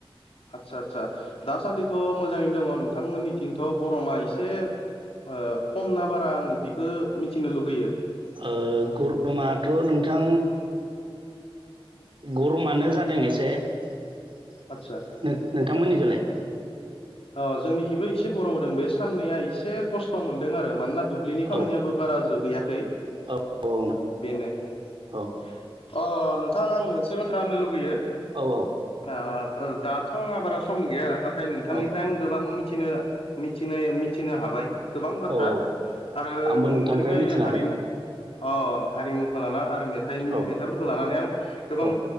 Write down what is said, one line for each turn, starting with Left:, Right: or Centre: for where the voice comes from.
Left: आदसा आदसा दासान्दिथ मोजाङैनो दङ नोंथांमोननिथिंथ गरमा एसे ओ खम ना बारा आंनि बेखौ मिथिनो लुबैयो
Right: ओ गरमाथ नोंथां गरमानो जादों एसे न
Left: आदसा
Right: नोंथांमोननिजोंलाय
Left: अ जोंनिखिबो इसे गरम होदों बे साननैया एसे खस्थ मोनदों आरो मानोना दुब्लिनि खामानियाबो
Right: औ
Left: बारा जोबैयाखै
Right: औ औ
Left: बेनो अ
Right: औ
Left: अ नोंथां आं मोनसे बाथ्रा होननो लुगैयो
Right: औ औ
Left: ओ दाथ आंहा बारा सम गैया नाथाय नोंथांनिफ्राय
Right: औ
Left: आं गोबां मि थिनो मिथिनाय मिथिनो हाबाय गोबां बाथ्रा
Right: औ औ
Left: आरो
Right: आंबो
Left: नोंथांनिफ्राय
Right: मिथिनो
Left: हारिमु
Right: हाबाय
Left: अ हारिमुखौ लाना आरो मेथाइनि
Right: औ
Left: मेथाइफोरखौ लानानै आं गोबां
Right: औ